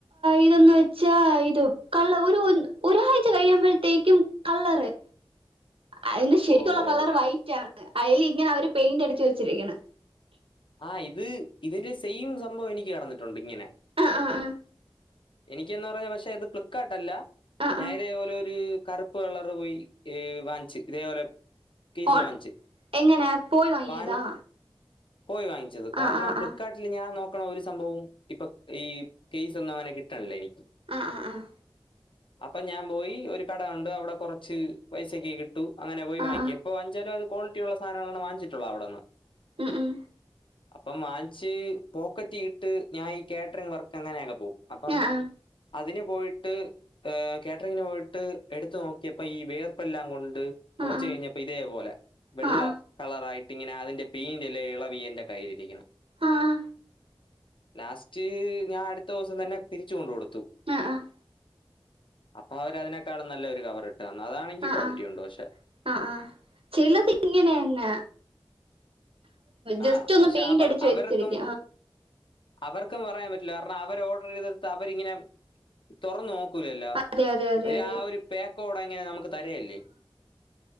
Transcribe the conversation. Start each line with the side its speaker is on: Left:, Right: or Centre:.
Right: ഇതെന്ന് വെച്ചാ ഇത് കള്ള ഒരു ഒരാഴ്ച കഴിയുമ്പോഴത്തേക്കും- കളളറ് അതിന്റെ ശരിക്കുള്ള
Left: ഓ ഓ
Right: കളർ വൈറ്റ് ആണ്. അതിൽ ഇങ്ങനെ അവര് പെയിന്റ് അടച്ച് വെച്ചിരിക്കണ്.
Left: ആഹ് ഇത് ഇതിന്റെ സെയിം സംഭവം എനിക്ക് നടന്നിട്ടുണ്ട് ഇങ്ങനെ.
Right: ആഹ് ആഹ് ആഹ്
Left: എനിക്കെന്ന് പറഞ്ഞാ പക്ഷെ ഇത് ഫ്ലിപ്പ്കാർട്ട് അല്ല
Right: ആ
Left: ഞാൻ
Right: ആ
Left: ഇതേപോലെ ഒരു കറു പ്പ് കളറ് പോയി വാങ്ങിച്ചു ഇതേപോലെ കേസ്
Right: ഓ
Left: വാങ്ങിച്ച്
Right: എങ്ങനെ പോയി വാങ്ങിയതാ
Left: വാങ്ങി പോയി വാങ്ങിച്ചത്. കാരണം
Right: ആ ആ
Left: ഫ്ലിപ്കാട്ടിൽ
Right: ആ
Left: ഞാൻ നോ നിക്കണ ഒരു സംഭവം ഇപ്പൊ ഈ കേസ്‌ ഒന്നും അങ്ങനെ കിട്ടണല്ലേ എനിക്ക്
Right: ആഹ് ആഹ് ആഹ്
Left: അപ്പൊ ഞാൻ പോയി ഒരു കടയൊണ്ട് അവിടെ കൊറച്ച് പൈസക്ക് കിട്ടും അങ്ങനെ പോയി
Right: ആ
Left: വാങ്ങിക്കും
Right: ആ
Left: ഇപ്പൊ വാങ്ങിച്ചാലും അത് ക്വാളിറ്റിയുള്ള സാധനങ്ങളാണ് വാങ്ങിച്ചിട്ടുള്ളത് അവിടെ നിന്ന്.
Right: ഉം ഉം
Left: അപ്പം വാങ്ങിച്ച് പോക്കറ്റി ഇട്ട് ഞാൻ ഈ കാറ്ററിങ് വർക്ക് അങ്ങനെയൊക്കെ പോവും. അപ്പം
Right: ആ ആ
Left: അതിന് പോയിട്ട് കാറ്ററിങ്ങിന് പോയിട്ട് എടുത്തു നോക്കിയപ്പോ ഈ വേർപ്പെല്ലാം കൊണ്ട് കൊറച്ച്
Right: ആ ആ
Left: കഴിഞ്ഞപ്പോ ഇതേപോലെ വെള്ള
Right: ആഹ്
Left: കളറായിട്ട് ഇങ്ങനെ അതിന്റെ പെയിന്റ് എല്ലാം ഇളകി കി <unintelligible> എന്റെ കയ്യിലിരിക്കണം
Right: ആഹാ
Left: ലാസ്റ്റ് ഞാൻ അടുത്ത ദിവസം തന്നെ തിരിച്ച് കൊണ്ട് കൊടുത്തു
Right: ആഹ ആഹ്
Left: അപ്പൊ അവര് അതിനേക്കാളും നല്ല ഒരു കവർ ഇട്ട് വന്നു അതാണെങ്കിൽ
Right: ആഹ്
Left: ക്വാളിറ്റി
Right: ആഹ് ആഹ്
Left: ഒണ്ട് പക്ഷെ
Right: ആഹ് ആഹ് ചെല ഇങ്ങ <unintelligible> നെന്ന ജസ്റ്റ്
Left: ആ
Right: ഒന്ന്
Left: പക്ഷെ
Right: പെയിന്റ്
Left: അവർ
Right: അടിച്ച്
Left: അവർക്കും
Right: വെച്ചിരിക്ക.
Left: അവർക്കും പറയാൻ പറ്റില്ല. കാരണം അവർ ഓർഡർ ചെയ്ത് എടുത്തു അവരിങ്ങനെ- തൊറന്ന് നോക്കൂലല്ലോ
Right: അതെ അതെ അതെ
Left: ഇവര്
Right: അതെ
Left: ആ ഒരു പായ്ക്കോട് അങ്ങനെ നമുക്ക് തരുകല്ലേ.